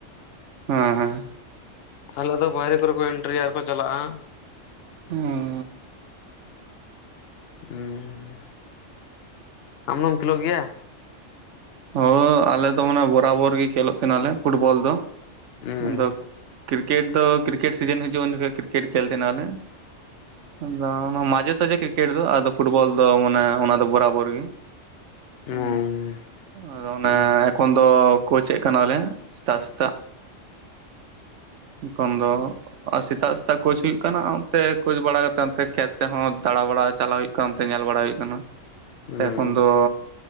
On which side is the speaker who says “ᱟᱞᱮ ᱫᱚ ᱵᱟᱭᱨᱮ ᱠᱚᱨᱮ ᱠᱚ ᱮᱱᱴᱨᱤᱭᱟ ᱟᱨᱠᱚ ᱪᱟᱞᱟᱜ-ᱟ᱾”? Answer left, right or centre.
Left